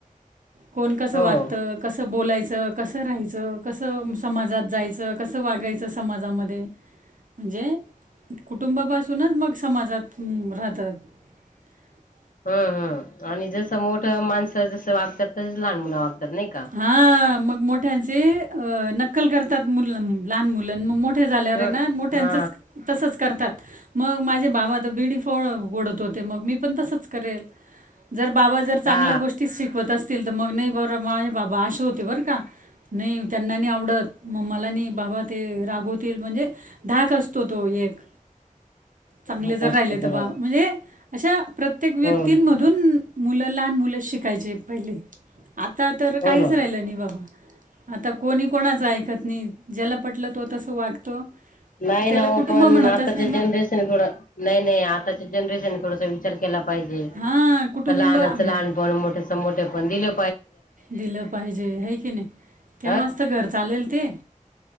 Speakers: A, on the right; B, on the left.
A: कोण कसं
B: हो
A: वाटतं कसं बोलायचं कसं राहायचं कसं समाजात जायचं. कसं वागायचं समाजामध्ये म्हणजे कुटुंबापासूनच मग समाजात राहतात. <unintelligible>
B: हम् हम आणि जसं मोठं माणसं जस वागतात तसच लहान मुलं वागतात. नाही का?
A: हा मग मोठ्यांचे नक्कल करतात मु लहान मुलं मग मोठ. मोठे झाल्यावर
B: ह
A: आहे ना मोठ्यांचंच
B: हा
A: तसंच करतात. मग माझे भावा तर बिडी फ ओडत होते मग मी पण तसच करेल. जर बाबा जर चांगल्या
B: हा
A: गोष्टी शिकवत असतील तर मग नाही बबा माझ. बाबा असे होते बर का नाही त्यांना आवडत मग मला बाबा ते रागवतील म्हण. म्हणजे धाक असतो तो एक चांगले
B: हा
A: जर
B: असतो
A: राहिले
B: बरोबर
A: तर बा म्हणजे अशा प्रत्येक व्यक्तींमधून
B: हम्म
A: मुलं लहान मुलं शिकायचे पहिले आता तर काहीच
B: हो ना
A: राहिलं नाही बाबा. आता कोणी कोणाचं ऐकत नाही ज्याला पटलं तो तस वागतो.
B: नाही
A: त्याला
B: ना हो
A: कुटुंब
B: पण
A: म्हणतच
B: आताच्या
A: नाही
B: जनरेशन
A: ना
B: थोड नाही नाही आताच्या जनरेशन थोडस विचार केला पाहिजे
A: हां कुटुंब
B: लानच
A: आम
B: लहान पण मोठस मोठे पण दिले.
A: दिलं पाहिजे हे कि नाही तेव्हाजत
B: अ
A: घर चालेल ते